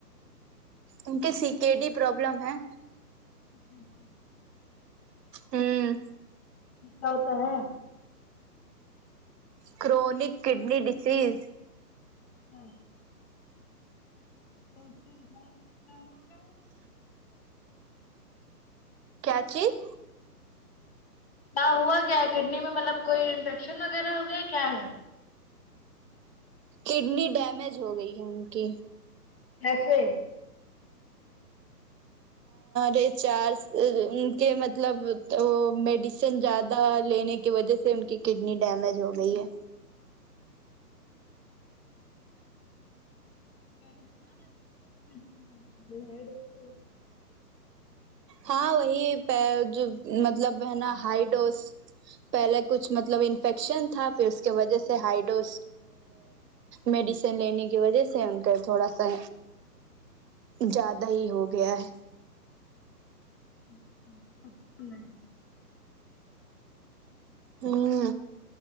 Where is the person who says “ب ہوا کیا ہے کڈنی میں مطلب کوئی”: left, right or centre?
Left